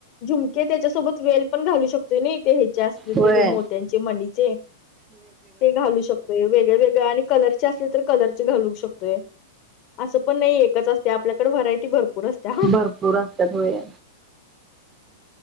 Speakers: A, on the left (about 40°); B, on the right (about 20°).
A: झुमके त्याच्यासोबत वेल पण घालू शकतोय नाई तेे हेची जास्त
B: होय
A: मोत्यांचे मणीचे ते घालू शकतोय वेगळ वेगळ आणि कलर असल तर कलर ची घालू शकतो अस पण नाही एकच असते आपल्याकडे व्हरायटी भरपूर असत्या
B: भरपूर अस्त्यात होय